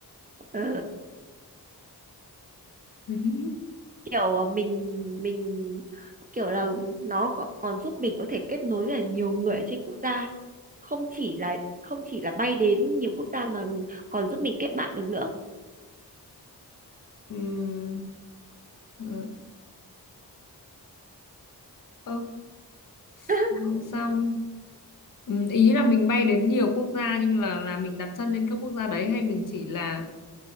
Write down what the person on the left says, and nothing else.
<laughs>
Ừm, ờ, ơ, Xong
xong. Ừm, ý là mình bay đến nhiều quốc gia nhưng là là mình đặt chân lên các quốc gia đấy hay mình chỉ là